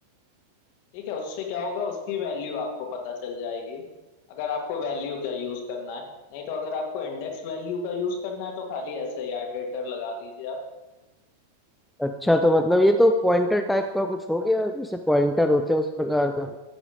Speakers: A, on the left; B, in the centre.
A: ठीक है उससे क्या होगा उसकी वैल्यू आपको पता चल जाएगी अगर आपको वैल्यू का यूज करना है नहीं तो अगर आपको इंडेक्स वैल्यू का यूज करना है तो खाली ऐसे ही आइटरेटर लगा दीजिए आप
B: अच्छा तो मतलब ये तो पॉइंटर टाइप का कुछ हो गया जैसे पॉइंटर होते हैं उस प्रकार का